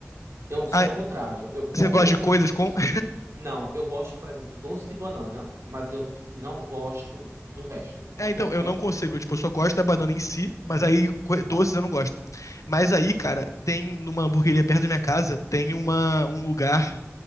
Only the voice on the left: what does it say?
Ah,
você gosta
de coisas
com. <laughs>
É, então,
eu
não consigo.
Tipo, eu só gosto da banana em si, mas aí co- doces
eu não gosto. Mas aí, cara, tem numa hamburgueria perto da minha casa, tem uma, um lugar